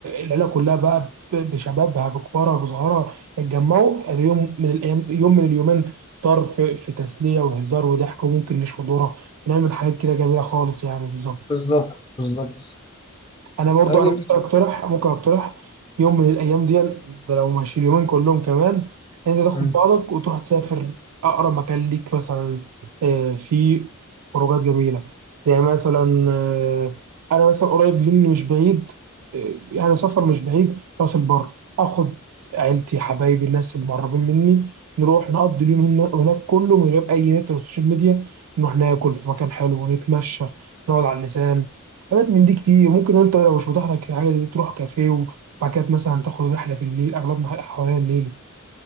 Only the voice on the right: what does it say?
العيله كلها بقى ب- بشبابها بكبارها بصغارها يتجمعوا ادي يوم من الايام يوم من اليومين طار في, في تسليه وهزار وضحك وممكن نشوي ذره ونعمل حاجات كده جميله خالص يعني بالظبط
انا برضو
انا ممكن اقترح ممكن اقترح يوم من الايام دي ده لو ماشي اليومين كلهم كمان ان انت تاخد
بعضك وتروح تسافر اقرب مكان ليك مثلا آه، في خروجات جميله زي مثلا آه، انا مثلا قريب مني مش بعيد آه، يعني سفر مش بعيد راس البر اخد عيلتي حبايبي الناس المقربين مني نروح نقضي اليوم هنا- هناك كله من غير اي نت ولا سوشيال ميديا نروح ناكل في مكان حلو ونتمشى نقعد على اللسان حاجات من دي كتير ممكن انت لو مش متاح لك حاجه دي تروح كافيه وبعد كده مثلا تاخد رحله في النيل اغلبنا حوالين النيل